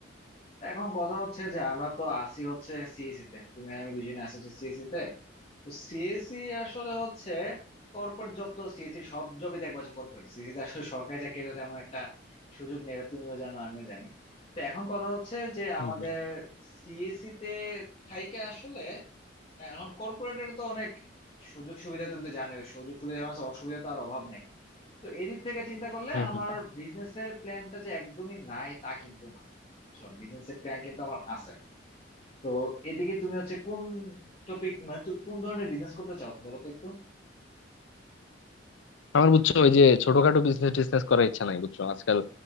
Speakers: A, on the left; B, on the left.
A: এখন কথা হচ্ছে যে আমরা তো আসি হচ্ছে সিএসসি তে তুমি আর আমি দুজনে আসি হচ্ছে সিএসসি তে তো সিএসসি আসলে হচ্ছে কর্পোরেট জব তো সিএসসি সব জবই দেখবা হচ্ছে কর্পোরেট সিএসসি তে আসলে সরকারি চাকরিতে তেমন একটা সুযোগ নেই এটা তুমিও জানো আমিও জানি তো এখন কথা হচ্ছে যে
B: হুম
A: আমাদের
B: হুম
A: সিএসসি তে থাইকে আসলে আহ, এখন কর্পোরেটের তো অনেক সুযোগ সুবিধা তুমি তো জানো সুযোগ সুবিধা মানে হচ্ছে অসুবিধা তো আর অভাব নাই তো এদিক থেকে চিন্তা করলে
B: হুম
A: আমার
B: হুম।
A: বিজনেসের প্ল্যানটা যে একদমই নাই তা কিন্তু না বিজনেসের প্ল্যান কিন্তু আমার আছে তো এদিকে তুমি হচ্ছে কোন টপিক মানে তুমি কোন ধরনের বিজনেস করতে চাও বলো তো একটু
B: আমার বুঝছো ওই যে ছোটখাটো বিজনেস টিজনেস করার ইচ্ছা নাই বুঝছো আজকাল